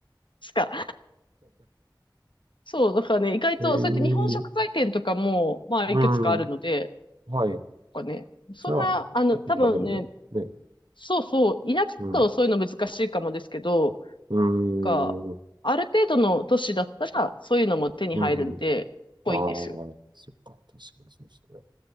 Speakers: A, on the left (about 80°); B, on the right (about 70°).
A: しか。そう、だからね、意外と、
B: ええ、
A: そうやって日本食材店とかも、まあ、
B: うん、
A: いくつかあるので、
B: はい。
A: なんかね、そんな、
B: じゃあ、
A: あの、
B: 結構食べるのはね、
A: 多分ね、そうそう、田舎だとそういうの難しいかもですけど、
B: うん、うん、
A: か、
B: うん、
A: ある程度の都市だったら、そういうのも手に入るんで、
B: うん。
A: ぽいですよ。
B: ああ、そっか、確かにそうですね。